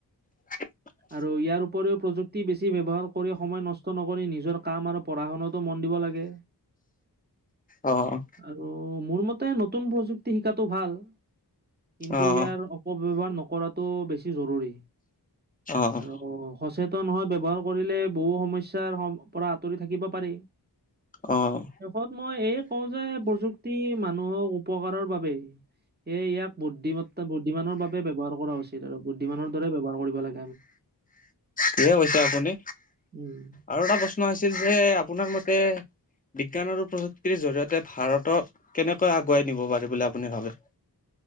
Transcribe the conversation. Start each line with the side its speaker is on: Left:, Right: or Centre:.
Left: <inaudible>
Right: আৰু ইয়াৰ উপৰিও প্ৰযুক্তি বেছি ব্যৱহাৰ কৰি সময় নষ্ট নকৰি নিজৰ কাম আৰু পঢ়া শুনাতো মন দিব লাগে।
Left: অ
Right: আৰু, মোৰ মতে নতুন প্ৰযুক্তি শিকাটো ভাল কিন্তু
Left: অ',
Right: ইয়াৰ অপব্যৱহাৰ নকৰাটো বেছি জৰুৰী
Left: অ',
Right: আৰু সচেতন হয়, ব্যৱহাৰ কৰিলে বহু সমস্যাৰ পৰা আঁতৰি থাকিব পাৰি
Left: অ',
Right: শেষত মই এই কওঁ যে, প্ৰযুক্তি মানুহক উপকাৰৰ বাবে সে ইয়াক বুদ্ধিমত্তা বুদ্ধিমানৰ বাবে ব ব্যয়হাৰ কৰা উচিত, আৰু বুদ্ধিমানৰ দৰে ব ব্যৱহাৰ কৰি
Left: ঠিকে কৈছে আপুনি।
Right: <unintelligible> আমি উম
Left: আৰু এটা প্ৰশ্ন আছিল যে, আপোনাৰ মতে বিজ্ঞান আৰু প্ৰযুক্তিৰ জৰি়য়তে, ভাৰতক কেনেকৈ আগুৱাই নিব পাৰি বুলি আপুনি ভাবে